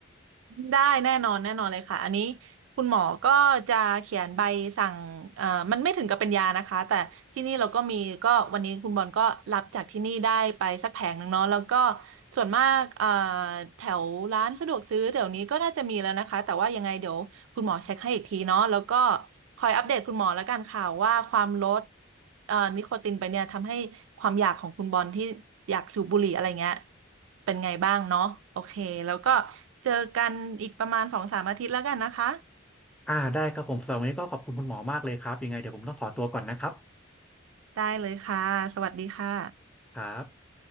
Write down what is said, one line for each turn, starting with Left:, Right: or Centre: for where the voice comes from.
Right: ได้แน่นอนแน่นอนเลยค่ะอันนี้คุณหมอก็จะเขียนใบสั่งเอ่อมันไม่ถึงกับเป็นยานะคะแต่ที่นี่เราก็มีก็วันนี้คุณบอลก็รับจากที่นี่ได้ไปสักแผงหนึ่งเนาะแล้วก็ส่วนมากเอ่อแถวร้านสะดวกซื้อเดี๋ยวนี้ก็น่าจะมีแล้วนะคะแต่ว่ายังไงเดี๋ยวคุณหมอเช็คให้อีกทีเนาะแล้วก็คอยอัปเดตคุณหมอแล้วกันค่ะว่าความลดเอ่อนิโคตินไปเนี่ยทำให้ความอยากของคุณบอลที่อยากสูบบุหรี่อะไรเงี้ย เป็นไงบ้างเนาะโอเคแล้วก็เจอกันอีกประมาณสองสามอาทิตย์แล้วกันนะคะ
Centre: อ่าได้ครับผมสำหรับวันนี้ก็ขอบคุณคุณหมอมากเลยครับยังไงเดี๋ยวผมต้องขอตัวก่อนนะครับ
Right: ได้เลยค่ะสวัสดีค่ะ
Centre: ครับ